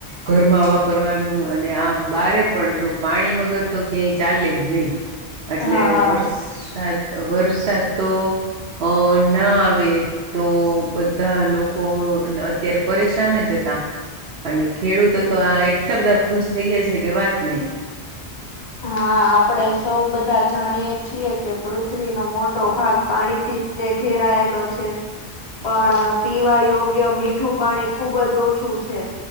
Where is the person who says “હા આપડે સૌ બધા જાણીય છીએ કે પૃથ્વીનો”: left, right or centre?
Left